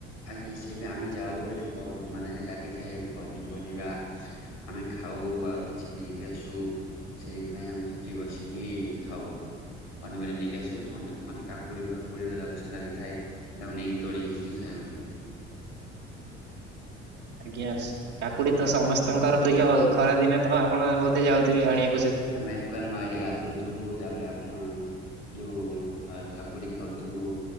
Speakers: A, on the left; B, on the right.
A: ଆଜ୍ଞା ସେଇ ପାଇଁ ଆମେ ଯାଉ ସେଠି ମାନେ ଲାଗିଥାଏ ପନିପରିବା ଆମେ ଖାଉ ଆଉ କିଛି ନେଇକି ଆସୁ। ସେଇଥିପାଇଁ ଆମେ ସେଠି ବସିକି ଖାଉ। ପନିପରିବା ନେଇକି ଆସିବ ତ ମାନେ କାକୁଡ଼ି ଫାକୁଡି ଗଛ ଲାଗିଥାଏ ତାକୁ ନେଇକି ତୋଳିକି ଖାଇବା ଭଲ
B: ଆଜ୍ଞା କାକୁଡି ତ ସମସ୍ତଙ୍କର ପ୍ରିୟ ଖରା ଦିନେ ତ ଆପଣ ବୋଧେ ଯାଉଥିବେ ଆଣିଆ
A: ଆମେ ତାରେ ନଈରେ ଗାଧୋଉଥିବୁ ତାପରେ ଆପଣ ଯୋଉ କାକୁଡି ଖାଉଥିବୁ